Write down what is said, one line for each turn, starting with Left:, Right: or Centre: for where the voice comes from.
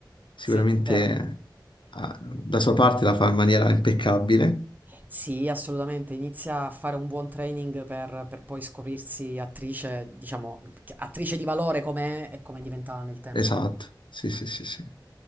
Left: sicuramente
Right: sì, vero.
Left: ah, da sua parte la fa in maniera impeccabile.
Right: Sì, assolutamente, inizia a fare un buon training per, per poi scoprirsi attrice, diciamo, attrice di valore come è e come diventa nel tempo.
Left: Esatto, sì, sì, sì, sì.